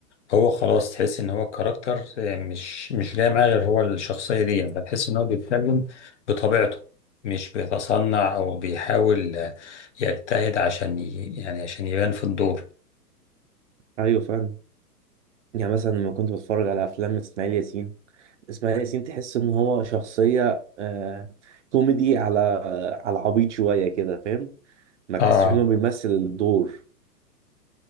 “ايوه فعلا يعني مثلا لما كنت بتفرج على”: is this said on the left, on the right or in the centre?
Right